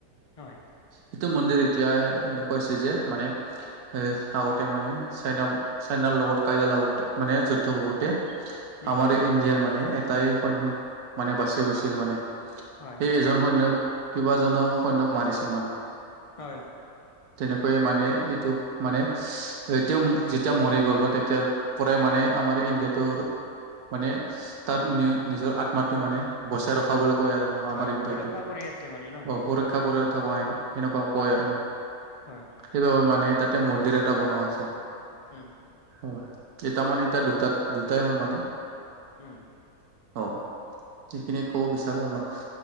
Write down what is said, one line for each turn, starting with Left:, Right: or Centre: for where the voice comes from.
Left: হয়!
Right: সেইটো মন্দিৰ, এতিয়া, এনেকুৱা হৈছে যে, মানে এ, আগতে মানে, চাইনা- চাইনাৰ লগত কাজিয়া লাগোতে, মানে যুদ্ধ হওঁতে।
Left: উম,
Right: আমাৰ ইণ্ডিয়াৰ মানে, এটাই সৈন্য মানে, বাচি গৈছিল মানে।
Left: হয়!
Right: সেই, এজন সৈন্যক, কেইবাজনো সৈন্যক মাৰিছিল মানে।
Left: হয়!
Right: তেনেকৈয়ে মানে, এইটো মানে, এ, তেওঁ যেতিয়া মৰি গ'ল ন'! তেতিয়া পৰাই মানে, আমাৰ ইণ্ডিয়াত তোৰ মানে, তাৰ নি, নিজৰ আত্মাটো মানে, বচাই ৰখা বুলি কৈ আৰু। আমাৰ
Left: হয়,
Right: ইণ্ডিয়াটো,
Left: সুৰক্ষা কৰি আছে মানে ন?
Right: অ'! সুৰক্ষা কৰি
Left: হয়,
Right: থকা, সেনেকুৱাও কয় আৰু ন'?
Left: হয়!
Right: সেইবাবে মানে, তাতে মন্দিৰ এটা বনোৱা আছে।
Left: উম!
Right: অ'! এটা মানে, এতিয়া দুটাত, দুটাই হ'ল মানে।
Left: উম!
Right: অ'! সেইখিনিয়ে ক'ব বিচাৰো আৰু ন'।